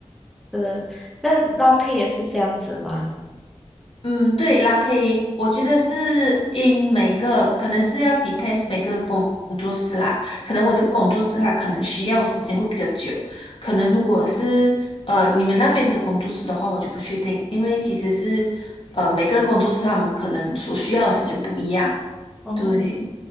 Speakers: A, in the centre; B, on the left.
A: 对，那拉胚也是这样子吗？
B: 嗯，对，拉胚，我觉得是因每个可能是要 depends 每个工工作室啦，可能我这个工作室它可能需要的时间会比较久，可能如果是呃你们那边的工作室的话，我就不确定，因为其实是呃每个工作室他们可能所需要的时间不一样，
A: 哦
B: 对